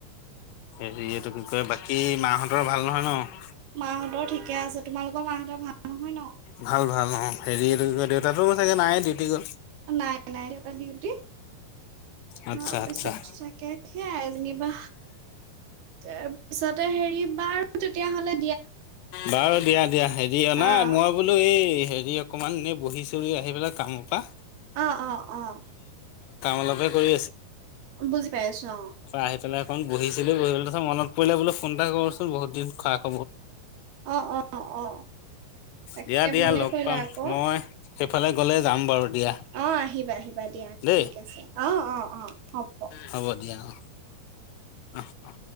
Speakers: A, on the left; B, on the right.
A: হেৰি এইটো কি কয় বাকী মা‌'হতৰ ভাল নহয় ন?
B: মা'হতৰ ঠিকে আছে। তোমালোকৰ মা'হতৰ ভাল নহয় ন?
A: ভাল ভাল অ' হেৰি এইটো কি কয় দেউতাতো চাগে নাই ডিউটি গ'ল
B: নাই নাই সিহঁতৰ ডিউটি।
A: আচ্ছা
B: তাৰপিছত
A: আচ্ছা।
B: থাকে সেইয়াই যেনিবা তাৰপিছতে হেৰি বাৰু তেতিয়া হ'লে
A: বাৰু দিয়া দিয়া হেৰি অনা
B: আহ
A: মই বোলো, এই হেৰি অকমান এনে বহি চহী আহি পেলাই কামৰ পা।
B: অ', অ', অ',
A: অলপে কৰি
B: বুজি পাই আছো অ',।
A: আহিপেলাই অকণ বহিছিলো, বহি পেল তাছত মনত পৰিলে বোলে ফোন এটা কৰচোন বহুত খব
B: অ', অ', অ',। তাকে
A: দিয়া দিয়া
B: ভালেই
A: লগ
B: কৰিলা
A: পাম,
B: আকৌ
A: মই সেইফালে গলে যাম বাৰু দিয়া।
B: অ', আহিবা আহিবা দিয়া
A: দেই
B: ঠিক আছে, অ', অ', অ', হ'ব।
A: হ'ব দিয়া অ',। অ', অ',।